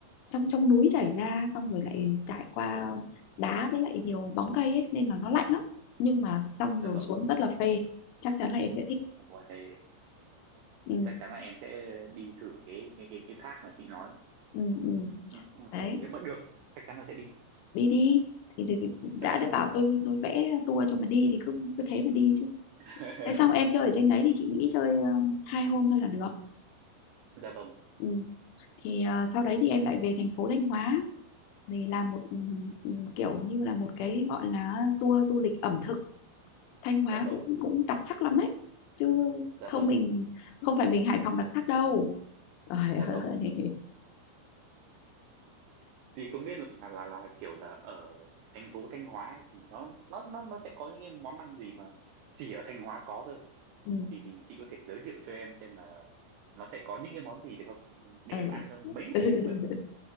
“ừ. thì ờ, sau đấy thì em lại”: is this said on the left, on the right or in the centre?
Left